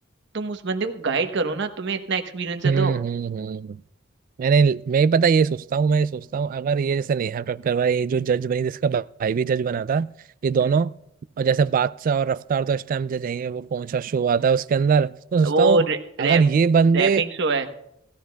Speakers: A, on the right (about 65°); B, on the right (about 45°).
A: तुम उस बंदे को गाइड करो ना तुम्हें इतना एक्सपीरियंस है
B: हम्म
A: तो
B: हम्म हम्म हम्म। मैंने मैं ही पता ये सोचता हूँ मैं ये सोचता हूँ अगर ये जैसे नेहा कक्कर भाई ये जो जज बनी जिसका भाई भी जज बना था ये दोनों
A: हम्म,
B: और जैसे बादशाह और रफ्तार तो इस टाइम जज हैं वो कौन सा शो आता है उसके अंदर तो सोचता
A: वो
B: हूँ
A: रै,
B: अगर
A: रैप
B: ये बंदे
A: रैपिंग शो है